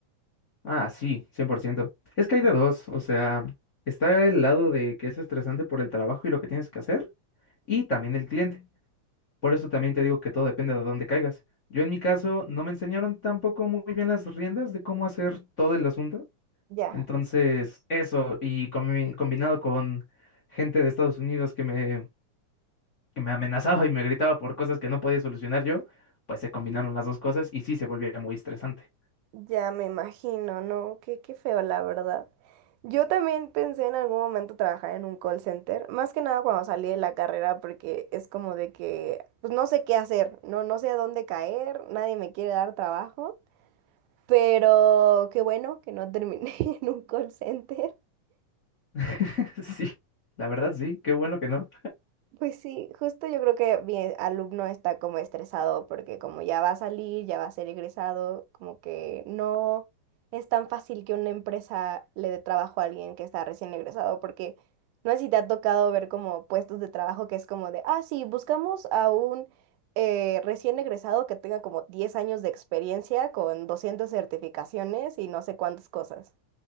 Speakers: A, on the left (about 65°); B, on the right (about 85°).
A: Ah, sí, 100%. Es que hay de dos, o sea, está el lado de que es estresante por el trabajo y lo que tienes que hacer, y también el cliente. Por eso también te digo que todo depende de dónde caigas. Yo en mi caso no me enseñaron tampoco muy bien las riendas de cómo hacer todo el asunto.
B: Ya.
A: Entonces, eso, y combi- combinado con gente de Estados Unidos que me, que me amenazaba y me gritaba por cosas que no podía solucionar yo, pues se combinaron las dos cosas y sí se volvía muy estresante.
B: Ya me imagino, ¿no? Qué, qué feo, la verdad. Yo también pensé en algún momento trabajar en un call center, más que nada cuando salí de la carrera, porque es como de que, pues no sé qué hacer, no, no sé a dónde caer, nadie me quiere dar trabajo, pero qué bueno que no terminé <laughs> en un call center.
A: <laughs> Sí, la verdad sí, qué bueno que no.
B: Pues sí, justo yo creo que mi alumno está como estresado porque como ya va a salir, ya va a ser egresado, como que no es tan fácil que una empresa le dé trabajo a alguien que está recién egresado, porque no sé si te ha tocado ver como puestos de trabajo que es como de, ah, sí, buscamos a un eh, recién egresado que tenga como 10 años de experiencia con 200 certificaciones y no sé cuántas cosas.